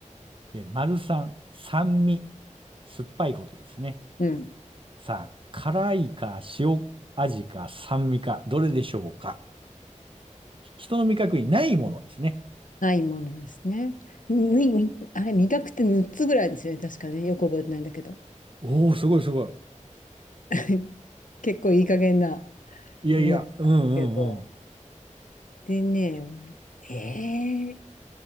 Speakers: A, on the right; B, on the left.
A: で、丸三、酸味、酸っぱいことですね。
B: うん。
A: さあ、辛いか塩味か酸味か、どれでしょうか。人の味覚にないものですね。
B: ないものですね。み、み、あれ、味覚って6つぐらいですよね、確かね。よく覚えてないんだけど。
A: おー、すごいすご
B: <laughs> 結構いい加減な
A: い。いやいや、
B: 6つなんですけど。
A: うんうんうん。
B: でね、えー、